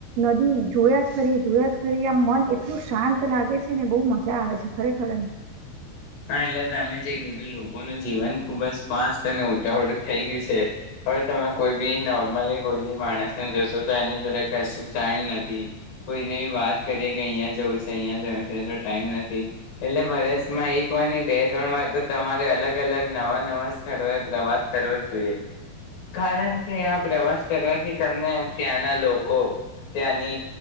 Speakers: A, on the right; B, on the left.
A: નદી જોયા જ કરી જોયા જ કરીએ આમ મન એટલું શાંત લાગે છે ને બહુ મજા આવે છે ખરેખર
B: હા એટલે તમે જે કીધું લોકોનું જીવન ખૂબ જ ફસ્્ટ અને ઉટાહળું થઈ ગયું છે હવે તમે કોઈ બી નોર્મલી કોઈ બી માણસને જશો તો એની જોડે કશું ટાઈમ નથી કોઈને બ વાત કરીએ કે અહીંયા જવું છે અહીંયા જવું છે એટલો ટાઈમ નથી એટલે મા રસ માં એક ની બે ત્રણ વા તો તમારે અલગ અલગ નવા નવા સ્થળોએ પ્રવાસ કરવો જ જોઈએ કારણ કે આ પ્રવાસ કરવાથી તમને ત્યાંના લોકો ત્યાંની